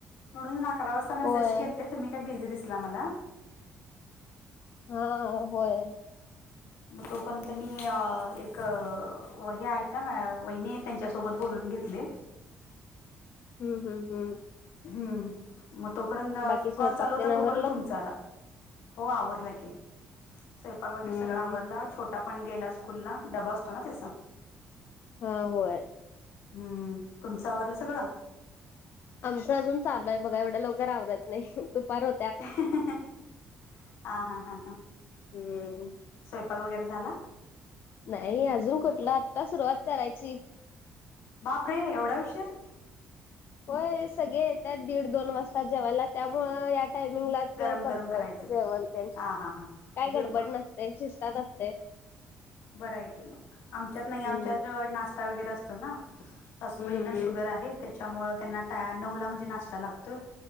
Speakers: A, on the left; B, on the left.
A: म्हणून अकरावा वाजता तर मेसेज
B: होय.
A: केलते तुम्ही काय बिझी दिसला मला
B: ह होय
A: मग तोपर्यंत मी एक हे आहे ना वहिनी त्यांच्यासोबत बोलून घेत ले
B: हम्म हम्म हम्
A: हम्म मग तोपर्यंत
B: बाकी स्वयंपाक
A: कॉल चालू होता
B: तेन आवरलं?
A: तोपर्यंत तुमचा आला हो आवरल की स्वयपाक वगैरे
B: हम्म
A: सगळ आवरला छोटा पण गेला स्कूल स्कूला डबा असतोना त्याचा
B: हा होय
A: हम्म तुमचं आवरलं सगळं
B: आमचं अजून चालू आहे बघा एवढं लोक रावरत नाही दुपार हो
A: ह हा हा हा
B: हम्म
A: स्वयंपाक वगैरे झाला
B: नाही अजून कुठला आत्ता सुरुवात करायची
A: बाप रे एवढा ऊशीर
B: होय सगळे येतात दीड दोन वाजता जेवायला त्यामुळ एक टायमिंग लाच करतोय
A: गरम गरम करायचं
B: जेवण ते काय
A: हा हा हां म्हणजे
B: गडबड नसते शिस्तात असते
A: बर आहे की मग आमच्यात नाही आमच्यात
B: हम्म
A: जवळ नाश त्या वगैरे असतो ना असताना सासूबाईंना
B: हम्म
A: शुगर आहे तेच त्यामुळे त्यांना टा नऊला म्हणजे नाश्ता लागतोय.